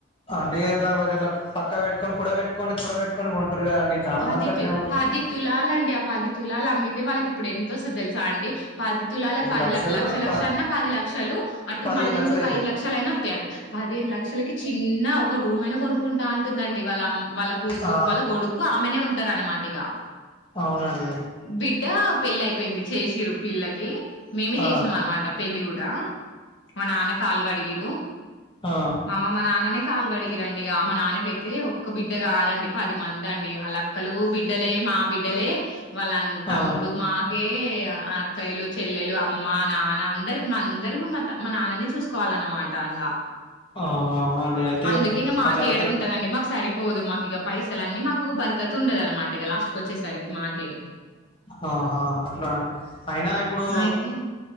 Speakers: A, on the left; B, on the left.
A: అంటే ఎట్లాగొట్లా పక్కకీ పెట్టుకొని కూడ పెట్టుకోని కూడ పెట్టుకొని కదండి చాలా
B: పది
A: వరకు అట్లే
B: తు
A: ఉంటారు
B: పది తులాలండి ఆ పది తులాలు అమ్మితే వాళ్ళకి ఇప్పుడు ఎంతోస్తదో తెల్సు జాండి పది తులాల పది
A: లక్షలు
B: ల లక్ష లక్ష
A: ప
B: అన్న పది లక్షలు అటు
A: పదిహేను
B: మళ్ళీ
A: లక్షలు
B: ఇంకొక
A: అయితాయి
B: ఐదు లక్షలు అయిన వత్తాయి అండీ. పదిహేను లక్షలకి చిన్న ఒక రూమ్ అయిన కొనుకుంటామంటే టుందండి వాళమ్ వాళ్ళ కూతు
A: ఆ
B: వాళ్ళ కొడు కు ఆమెనే ఉంటరు అన్నమాటిగ
A: అవునండి
B: బిడ్డ పెళ్లి అయిపోయింది చేషిర్రు పిల్లకి మేమే
A: ఆ
B: చేసినాం అన్నమాట పెళ్లి గూడా మా నాన్న కాల్ కడిగిర్రు
A: ఆ
B: మా అమ్మ మా నాన్ననే కాళ్ళు కడిగిర్రండి ఇగ మా నాన్నకైతే ఒక్క బిడ్డ కాదండి పది మం దండి వాళ్ళక్కలు బిడ్డలే మా బిడ్డలే వాళ్ళన్ తమ్ముడు
A: ఆ
B: మాకే అక్కయ్యలు చెల్లెలు అమ్మ నాన్న అందరుకు మందరు మా నాన్ననే చూసుకోవాలన్నమాట ఇంగ
A: ఆ అవునండి అయితే
B: అందుకే ఇగ మాకేడుంటదండి
A: అట్లా అయితే
B: మాకు సరిపోదు మా ఇగ పైసలన్నీ మాకు కు బర్కతుండదు అన్నమాట ఇగ లాస్ట్కుకొచ్చేసరికి మాకే
A: హా హా అట్లనా అయినా ఇప్పుడు
B: అయితే